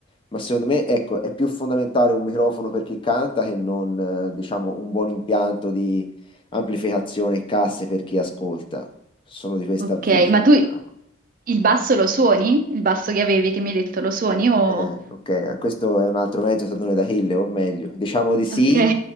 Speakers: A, on the left (about 25°); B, on the right (about 40°).
A: ma secondo me, ecco, è più fondamentale un microfono per chi canta che non, eh, diciamo, un buon impianto di amplificazione e casse per chi ascolta. Sono di questo
B: Ok,
A: avviso,
B: ma
A: diciamo.
B: tu il basso lo suoni? Il basso che avevi, che mi hai detto, lo suoni? O...
A: Eh, ok, eh, questo è un altro mezzo tallone d'Achille, o meglio, diciamo di sì,
B: Ok,